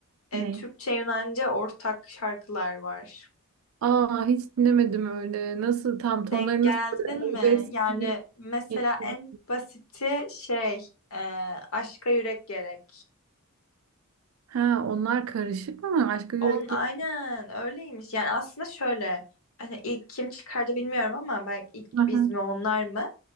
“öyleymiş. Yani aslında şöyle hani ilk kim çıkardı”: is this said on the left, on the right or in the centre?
Left